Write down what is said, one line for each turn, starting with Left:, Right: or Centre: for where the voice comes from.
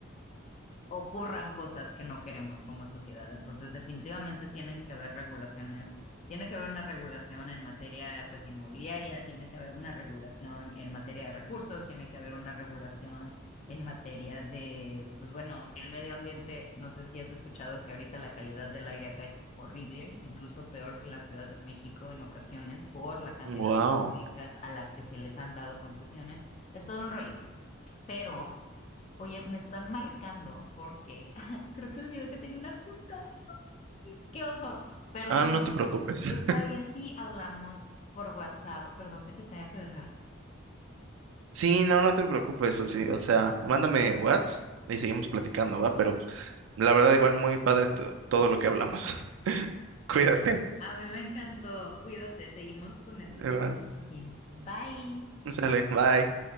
Left: ocurran cosas que no queremos como sociedad. Entonces, definitivamente tienen que haber regulaciones. Tiene que haber una regulación en materia, pues, inmobiliaria, tiene que haber una regulación en materia de recursos, tiene que haber una regulación en materia de, pues, bueno, el medio ambiente. No sé si has escuchado que ahorita la calidad del aire acá es horrible, incluso peor que en la Ciudad de México en ocasiones por la cantidad
Right: Wow.
Left: de fábricas a las que se les han dado concesiones. Es todo un rollo, pero Oye, me están marcando porque <laughs> creo que olvidé que tenía una junta. ¡Qué, qué oso! Perdón.
Right: Ah, no te preocupes.
Left: Está bien, sí, hablamos por WhatsApp. Perdón que te tenga que dejar.
Right: Sí, no, no te preocupes, Susi. O sea, mándame WhatsApp y seguimos platicando, ¿va? Pero la verdad, igual muy padre to- todo lo que hablamos. <laughs> Cuídate.
Left: A mí me encantó. Cuídate. Seguimos con este
Right: Iván.
Left: tema después. Bye.
Right: Sale, bye.